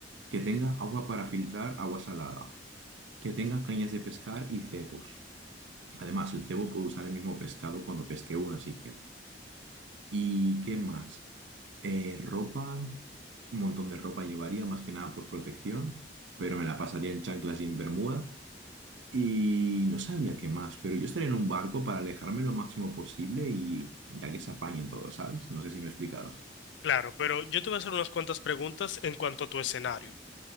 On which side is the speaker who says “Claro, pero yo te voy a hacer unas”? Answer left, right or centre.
Left